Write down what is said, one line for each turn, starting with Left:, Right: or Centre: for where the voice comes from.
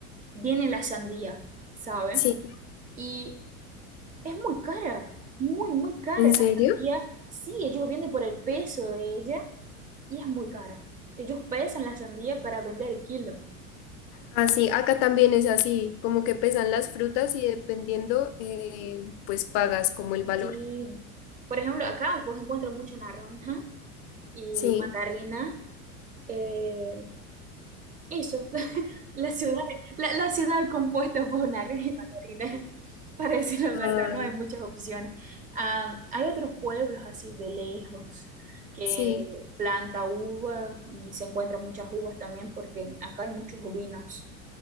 Right: viene la sandía, ¿sabe?
Left: Sí,
Right: Y es muy cara, muy, muy cara
Left: ¿en
Right: la
Left: serio?
Right: sandía. Sí, ellos venden por el peso de ella y es muy cara. Ellos pesan la sandía para vender el kilo.
Left: Así, acá también es así, como que pesan las frutas y dependiendo, eh, pues pagas como el valor.
Right: Sí, por ejemplo, acá vos encuentras mucha naranja y
Left: Sí.
Right: mandarina, eh, Eso, <laughs> la ciudad, la, la ciudad compuesta por naranjas y mandarinas, <laughs> para decir la
Left: Ay,
Right: verdad, no hay muchas opciones. Ah, hay otros pueblos así de lejos que
Left: sí.
Right: planta uva y se encuentran muchas uvas también porque acá hay muchos vinos.